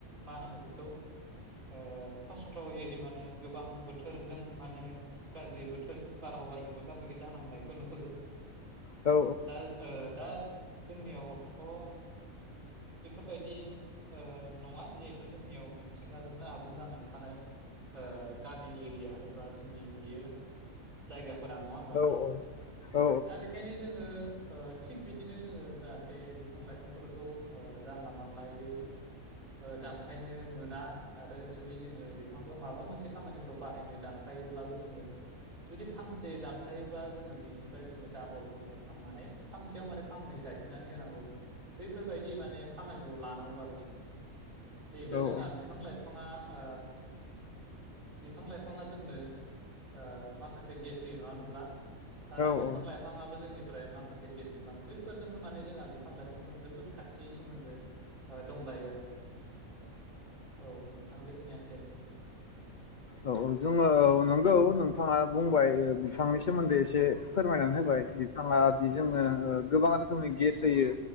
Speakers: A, on the right; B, on the left.
A: मा होनो बेखौ ओ खस्थयै माने गो बां बोथोरजों माने गाज्रि बोथोर बारहावाजोंबो मोगा मोगि जानांनायखौ नुहुरो
B: औ
A: दा ओ दा जोंनियावथ ओ बेफोरबायदि ओ नङा जिहेथु जोंनियाव मिथिंगाजोंनो आबुं जानानै थानाय ओ गामि एरिया एबा जोंनि बियो जायगाफोर बारा नङा होमबा नोंथां?
B: औ औ
A: दा बेखायनो जोङो ओ थिग बिदिनो जोङो जाहाथे बिफां लाइफांफोरखौ ओ जानला मानलायै ओ दानफायनो मोना आरो जुदि जोङो बिफांखौ माबा मोनसे खामानिफ्राव बाहायनो दानफायोब्लाबो जोङो जुदि फांसे दानफायोबब्ला जोङो बिनिफ्राय जोङो डाबल माने फां माने फांसेयाव माने फांनै गायफिननानै होनांगौ बैफोरबायदि माने खामानिखौ ला आंगौ आरो जोङो जिहेथु
B: औ
A: जोंहा बिफां लाइफाङा ओ बिफां लाइफाङा जोंनो ओ माखासे गेस ज होयो नङा होनब्ला आरो
B: औ
A: बिफां लाइफाङाबो जोंनि ओमफ्राय माखासे गेस मोनलांङो बैफोरजोंनो माने जोंहा बिफां लाइफांजों जोबोद खाथियै सोमोन्दो दंलायो आरो औ नोंथां बे खिनियानो दे
B: औ औ जोङो नंगौ नोंथाङा बुंबाय बिफांनि सोमोन्दै एसे फोरमायनानै
A: औ
B: होबाय बिफाङा दि जोंङनो ओ गोबां रोखोमनि गेस होयो।